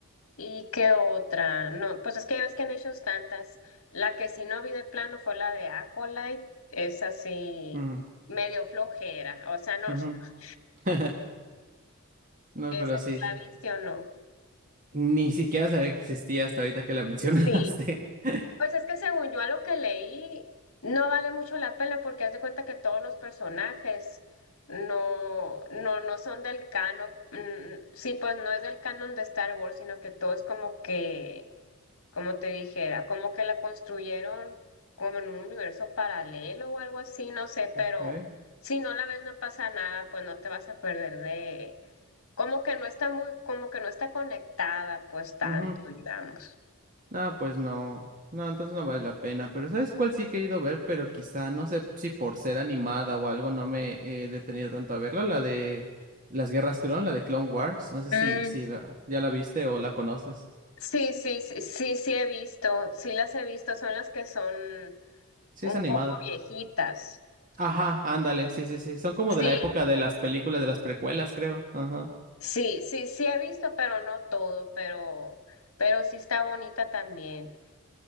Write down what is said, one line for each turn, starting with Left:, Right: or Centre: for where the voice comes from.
Left: ¿Y qué otra? No, pues es que ya ves que han hecho tantas. La que sí no vi de plano fue la de Acolyte. Es así,
Right: ujú,
Left: medio flojera. O sea, no,
Right: ujú.
Left: <laughs>
Right: <laughs> No,
Left: ¿esa
Right: pero sí,
Left: tú
Right: sí.
Left: la viste o no?
Right: Ni siquiera sabía que existía hasta ahorita que la mencionaste.
Left: Sí.
Right: <laughs>
Left: Pues es que según yo a lo que leí, no vale mucho la pena porque haz de cuenta que todos los personajes no, no, no son del canon. mm, Sí, pues no es del canon de Star Wars, sino que todo es como que como te dijera, como que la construyeron como en un universo paralelo o algo así, no sé,
Right: Ok.
Left: pero si no la ves no pasa nada, pues no te vas a perder de, como que no está muy, como que no está conectada, pues tanto,
Right: Ujú.
Left: digamos.
Right: No, pues no. No, entonces no vale la pena. Pero ¿sabes cuál sí he querido ver? Pero quizá, no sé si por ser animada o algo no me he detenido tanto a verla. La de las Guerras Clon, la de Clone Wars. No sé
Left: Mm,
Right: si, si la, ya la viste o la conoces.
Left: sí, sí, sí, sí, sí he visto, sí las he visto, son las que son
Right: Sí,
Left: un
Right: es animada.
Left: poco viejitas.
Right: Ajá, ándale, sí, sí, sí. Son como
Left: Sí,
Right: de la época de las películas de las precuelas, creo. Ajá.
Left: sí, sí, sí he visto, pero no todo, pero, pero sí está bonita también.